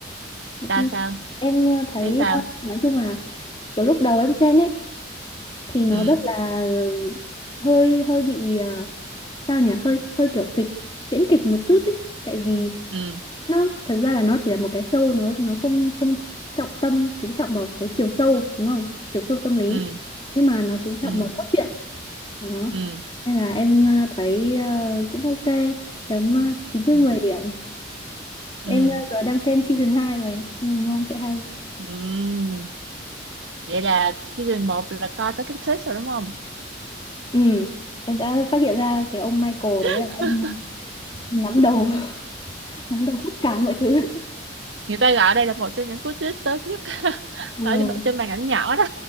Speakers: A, on the right; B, on the left.
A: tao
B: phim
A: sao
B: em ờ, thấy
A: thấy sao
B: ờ, nói chung là kiểu lúc đầu em xem ấy thì nó
A: ừ
B: rất là hơi hơi bị ờ, sao nhỉ hơi hơi kiểu kịch tiễn kịch một chút ấy tại vì
A: ừ
B: nó thật ra là nó chỉ là một cái show nó nó không không trọng tâm chú trọng vào cái chiều sâu đúng không chiều sâu tâm lý
A: ừ
B: nhưng mà nó chú trọng
A: ừ
B: vào cốt truyện đó
A: ừ
B: nên là em ờ, thấy ờ, cũng ok chấm ờ, 9 trên
A: ừ
B: 10 điểm
A: ừ
B: em ờ, giờ đang xem season 2 rồi nên mong sẽ hay
A: ừ vậy là season một là coi tới cái twist rồi đúng không
B: Ừ, em đã phát hiện ra cái ông Michael đấy
A: <laughs>
B: là ông nắm đầu, <laughs> nắm đầu tất cả mọi thứ.
A: người ta gọi đây là một trong những cú twist sớm nhất <laughs>
B: Ừ.
A: ở trên, trên màn ảnh nhỏ đó